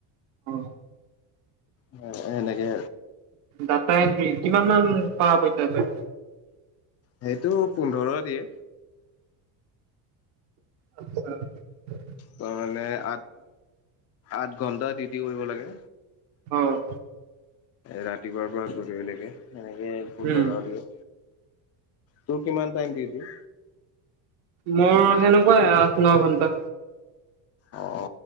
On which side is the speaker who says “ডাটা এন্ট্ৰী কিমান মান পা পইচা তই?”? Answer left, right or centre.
Right